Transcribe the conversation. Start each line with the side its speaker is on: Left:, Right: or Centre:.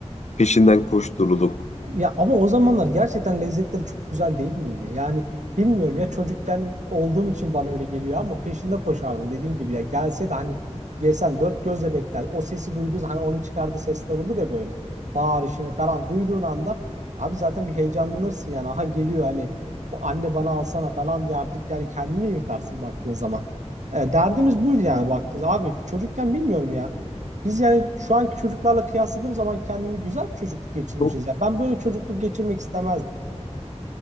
Left: peşinden koştururduk.
Right: Ya ama o zamanlar gerçekten lezzetleri çok güzel değil miydi? Yani bilmiyorum ya çocukken olduğum için bana öyle geliyor ama peşinde koşardım dediğin gibi ya gelse de hani yesen dört gözle bekler. O sesi duyduğun hani onun çıkardığı sesler olur ya böyle bağırışını falan duyduğun anda abi zaten bir heyecanlanırsın yani aha geliyor hani bu anne bana alsana falan diye artık yani kendini yırtarsın baktığın zaman. E, derdimiz buydu yani baktığınız abi çocukken bilmiyorum ya. Biz yani şu anki çocuklarla kıyasladığım zaman kendimi güzel bir çocukluk geçirmişiz.
Left: Çok
Right: Ya ben böyle çocukluk geçirmek istemezdim.